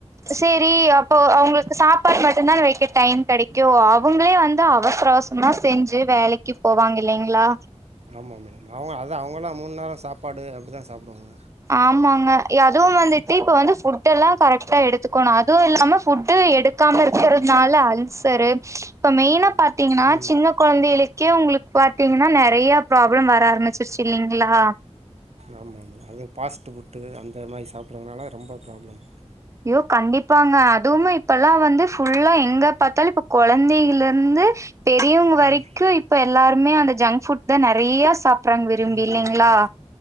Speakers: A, on the right; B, on the right.
A: சேரி அப்போ அவங்களுக்கு சாப்பாடு மட்டும்தான் வைக்க டைம் கிடைக்கும் அவங்களே வந்து அவசரம் அவசரமா சும்மா செஞ்சு வேலைக்கு போவாங்க இல்லலைங்களா
B: ஆமாம் மேடம் அவங்க அதா அவங்களாம் மூணு நேரம் சாப்பாடு அப்டி தான் சாப்பிடுவாங்க
A: ஆமாங்க அதுவும் வந்துட்டு இப்ப வந்து புட் எல்லாம் கரெக்டா எடுத்துக்கணும் அதுவும் இல்லாம புட்டு எடு க்காம இருக்கறதுனால அல்சரு இப்ப மெயினா பாரத்தீங்கன்னா
B: ம்
A: சின்ன குழந்தைகளுக்கே உங்களுக்கு பாரத்தீங்கன்னா நிறைய ப்ராப்ளம் வர ஆரம்பிச்சு சச்சு இல்லைங்களா
B: ஆமா ஆமா நாங்க ஃபாஸ்ட்டு ஃபுட்டு அந்த மாரி சாப்பிட்றதுனால ரொம்ப ப்ராப்ளம்
A: ஐயோ கண்டிப்பாங்க அதுவும் இப்ப எல்லாம் வந்து ஃபுல்லா எங்க பார்த்தாலும் இப்ப குழந்தைகள்ல இருந்து பெரியவங்க வரைக்கும்
B: ம்
A: இப்ப எல்லாருமே அந்த ஜங்க் ஃபுட் தான் நிறைய சாப்படுறாங்க விரும்பி
B: ஆமாம்
A: இல்லைங்களா
B: மேடம்